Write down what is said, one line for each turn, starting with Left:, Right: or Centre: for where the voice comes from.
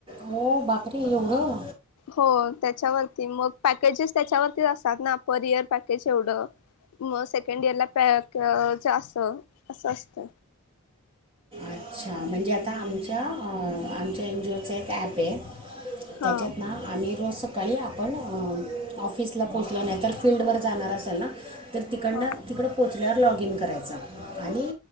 Right: हो बापरे एवढं
Left: हो त्याच्यावरती मग पॅकेजेस त्याच्यावरती अस ना पर इयर पॅकेज एवढं मग सेकंड इयर ला पॅकच अस असं असत
Right: अच्छा म्हणजे आता आमच्या आमच्या एन जीओचं एक ॲप आहे
Left: हां
Right: त्याच्यात ना आम्ही रोज सकाळी आपण ऑफिसला पोचल नाही तरर फिल््डवर जाणार असेल ना तर तिकडनं
Left: हां
Right: तिकडं पोचल्यावर लॉग इन करायचं आणि